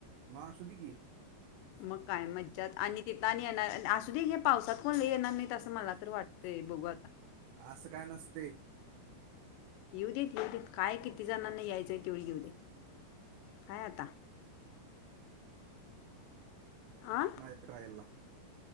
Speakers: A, on the right (about 85°); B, on the left (about 80°).
A: मा असधिक
B: मग काय मज्जात आणि तिथं आणि येणार असू दे हे पावसात कोण येणार नाहीत असं मला तर वाटतंय ते बघू आता.
A: असं काय नसतेय.
B: येऊ देत येऊ देत काय किती जणांना यायचंय तेवढी येऊ दे. हाय आता. आ
A: माय रायल <unintelligible>